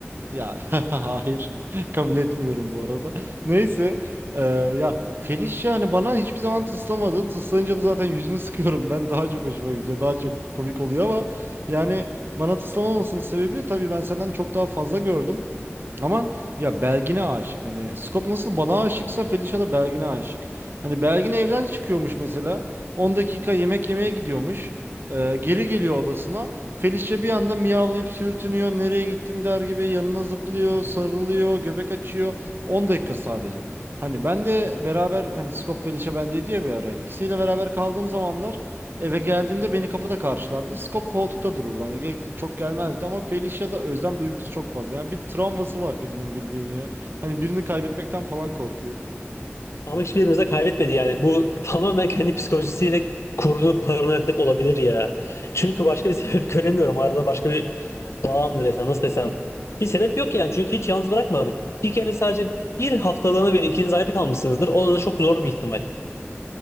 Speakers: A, on the right; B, on the left.
A: Ya <laughs> hayır <laughs> kabul etmiyorum bu arada. Neyse eee, ya Felicia hani bana hiçbir zaman tıslamadı. Tıslayınca da zaten yüzünü sıkıyorum. Ben daha çok hoşuma gidiyor. Daha çok komik oluyor ama yani bana tıslamamasının sebebi tabii ben senden çok daha fazla gördüm. Ama ya Belgin'e aşık. Hani Skop nasıl bana aşıksa Felicia da Belgin'e aşık. Hani Belgin evden çıkıyormuş mesela. 10 dakika yemek yemeye gidiyormuş. Ee, geri geliyor odasına. Felicia bir anda miyavlayıp sürtünüyor. Nereye gittin der gibi yanına zıplıyor, sarılıyor, göbek açıyor. 10 dakika sadece. Hani ben de beraber hani Skop Felicia bendeydi ya bir ara. İkisiyle beraber kaldığım zamanlar Eve geldiğimde beni kapıda karşılardı. Skop koltukta dururdu. Hani ge- çok gelmezdi ama Felicia'da özlem duygusu çok fazla. Yani bir travması var kedinin bildiğin ya. Hani birini kaybetmekten falan korkuyor.
B: Ama hiçbirimiz de kaybetmedi yani. Bu tamamen kendi psikolojisiyle kurduğu paranoyaklık olabilir ya. Çünkü başka bir sebep <laughs> göremiyorum. Arada başka bir bağ mı desem nasıl desem. Bir sebep yok yani çünkü hiç yalnız bırakmadık. Bir kere sadece bir haftalığına bile ikiniz ayrı kalmışsınızdır. O da çok zor bir ihtimal.